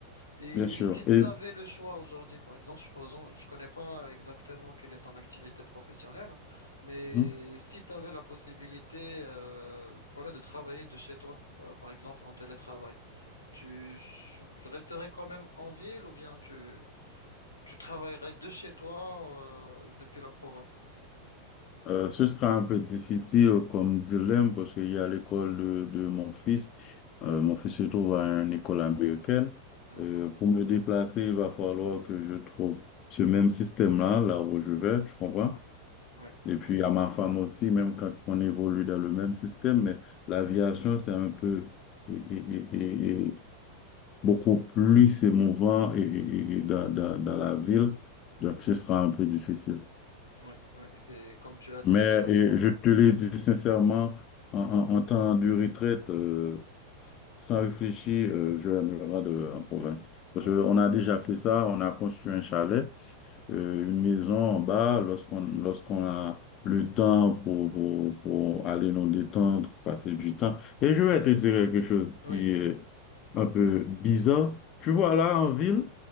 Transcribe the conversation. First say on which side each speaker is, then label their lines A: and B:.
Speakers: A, on the left; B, on the left.
A: Et
B: bien sûr.
A: si tu
B: Et
A: avais le choix aujourd'hui, par exemple, supposons, je connais pas exactement quelle est ton activité professionnelle, mais
B: Mhm.
A: si tu avais la possibilité, euh, voilà, de travailler de chez toi, euh, par exemple, en télétravail, tu, tu resterais quand même en ville ou bien tu tu travaillerais de chez toi euh, depuis la province.
B: euh, ce sera un peu difficile comme dilemme parce qu'il y a l'école de, de mon fils. Euh, mon fils se trouve à une école américaine.
A: Mhm.
B: Euh, pour me déplacer, il va falloir que je trouve ce même système-là, là où je vais, tu comprends?
A: Ouais, ouais,
B: Et puis à ma femme aussi, même quand on évolue dans le même système, mais l'aviation, c'est un peu... et, beaucoup plus émouvant et, et- et- et dans, dans- dans la ville. Donc, ce sera un peu difficile.
A: ouais, ouais. C'est comme tu l'as dit,
B: Mais
A: c'est sûr.
B: et je te le dis sincèrement, en, en- en temps de retraite, euh, sans réfléchir, euh, je vais me rendre euh, en province. Parce
A: Ah
B: qu'on
A: Oui,
B: a déjà fait ça, on a construit un chalet, euh, une maison en bas, lorsqu'on lorsqu'on a le temps pour, pour, pour aller nous détendre, passer du temps. Et je vais te dire quelque chose qui
A: Oui,
B: est un peu bizarre. Tu vois, là, en ville,